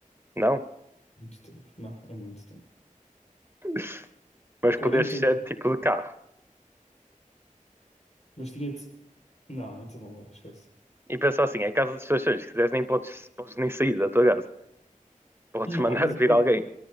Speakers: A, on the right; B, on the left.
A: não?
B: Muito tempo. Não, é muito tempo.
A: <laughs> Mas
B: quarenta
A: podes ser tipo de carro.
B: mas tinha de... Não, então não dá, esquece.
A: E pensar assim, é a casa dos teus sonhos, se quiseres nem podes, podes nem sair da tua casa. Podes
B: Não,
A: mandar
B: mas
A: vir
B: eu...
A: alguém.